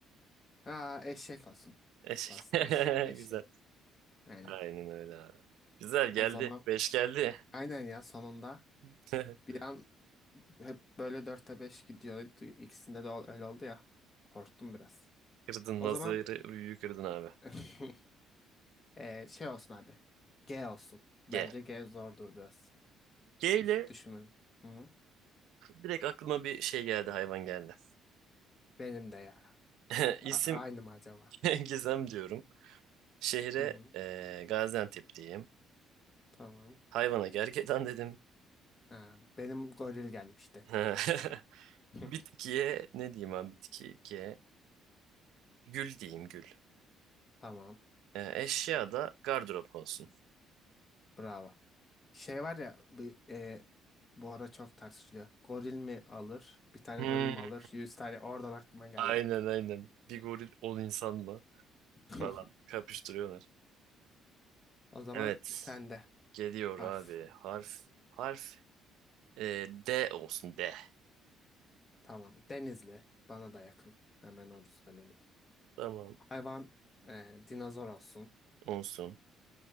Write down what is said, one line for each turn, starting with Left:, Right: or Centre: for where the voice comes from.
Left: Ha eşek olsun.
Right: Eşek.
Left: Basitmiş.
Right: <laughs>
Left: Eşek.
Right: Güzel.
Left: Aynen.
Right: Aynen öyle abi. Güzel
Left: O
Right: geldi.
Left: zaman
Right: Beş geldi.
Left: aynen ya sonunda
Right: <laughs>
Left: Bir an hep böyle dörtte beş gidiyor. İkisinde de ol- öyle oldu ya. Korktum biraz.
Right: Kırdın
Left: O
Right: nazarı,
Left: zaman
Right: büyüyü kırdın abi.
Left: <laughs> eee, şey olsun abi. G olsun. Bence
Right: G.
Left: G zordur biraz.
Right: G
Left: Düş,
Right: ile
Left: düşünün. Hı.
Right: direkt aklıma bir şey geldi, hayvan geldi.
Left: Benim de ya.
Right: <laughs> İsim
Left: A- aynı mı acaba?
Right: <laughs> Gizem diyorum. Şehre
Left: Hı hı.
Right: eee, Gaziantep diyeyim.
Left: Tamam.
Right: Hayvana gergedan dedim.
Left: Ha, benim goril gelmişti.
Right: <laughs>
Left: <laughs>
Right: Bitkiye ne diyeyim abi? Bitki G. Gül diyeyim gül.
Left: Tamam.
Right: Eee, eşya da gardırop olsun.
Left: Bravo. Şey var ya bu, e, bu ara çok tartışılıyor. Goril mi alır? Bir tane
Right: Hmm.
Left: goril mi alır? Yüz tane. Oradan aklıma geldi.
Right: Aynen aynen. Bir goril on insan mı?
Left: <laughs>
Right: Falan kapıştırıyorlar.
Left: O zaman
Right: Evet.
Left: sende
Right: Geliyor
Left: harf.
Right: abi. Harf. Harf Ee, D olsun D.
Left: Tamam. Denizli. Bana da yakın. Hemen onu söyleyelim.
Right: Tamam.
Left: Hayvan e, dinozor olsun.
Right: Olsun.